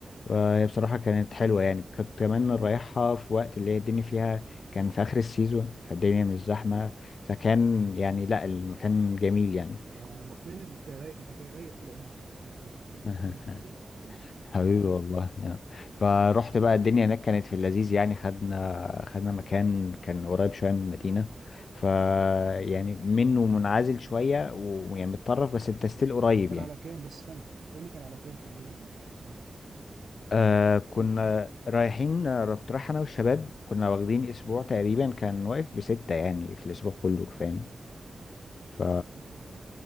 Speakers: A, on the left; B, on the right.
A: وهي بصراحه كانت حلوه يعني كنت كمان رايحها في وقت اللي هي الدنيا فيها كان في اخر السيزون فالدنيا مش زحمه فكان يعني لا المكان جميل يعني
B: يا ابو حميد انت رايق انت رايق طول عمرك يا ابو حميد انا عرفتك انت
A: <laughs>
B: بتحب انت الهدوء من زمان يعني
A: حبيبي
B: اه
A: والله يعني. فروحت بقى
B: اه
A: الدنيا هناك كانت في اللذيذ يعني خدنا خدنا مكان كان قريب شوية من المدينة ف يعني
B: مم.
A: منه منعزل شوية ويعني متطرف بس انت ستيل قريب
B: كان
A: يعني
B: على كام بس استنى قول لي كان على كام في الليل المكان الجامد ده
A: آه كنا
B: تقريبا كده ده
A: رايحين آه، كنت رايح انا والشباب كنا واخدين اسبوع تقريبا كان واقف بستة يعني في الاسبوع كله فاهم ف
B: ستة حلو